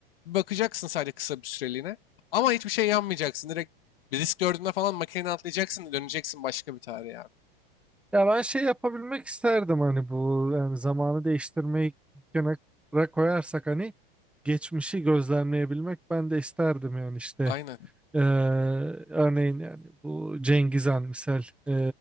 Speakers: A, on the left; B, in the centre.
A: Bir bakacaksın sadece kısa bir süreliğine. Ama hiçbir şey yanmayacaksın. Direkt bir risk gördüğünde falan makineden atlayacaksın döneceksin başka bir tarihe abi.
B: Ya ben şey yapabilmek isterdim hani bu yani zamanı değiştirmeyi kenara koyarsak hani geçmişi gözlemleyebilmek ben de isterdim yani işte
A: Aynen.
B: Ee, örneğin yani bu Cengiz Han misal ee,